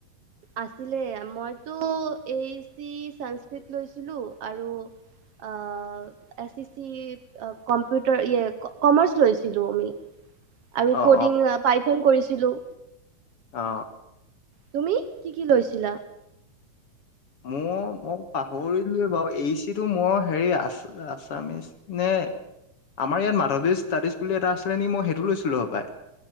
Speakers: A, on the right; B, on the left.
A: আছিলে মইতো এইচি সংস্কৃত লৈছিলো আৰু আ A C C computer e commerce লৈছিলোঁ আমি। আৰু
B: অঁ
A: কডিং পাইথন কৰিছিলো।
B: অ।
A: তুমি কি কি লৈছিলা?
B: মই, মই পাহৰিলোৱে বাৰু। এইচি টো মই হেৰি আ আছামিচ নে আমাৰ ইয়াত মাধৱী ষ্টাডিজ বুলি এটা আছিলে নেকি, মই সেইটো লৈছিলো সপাই।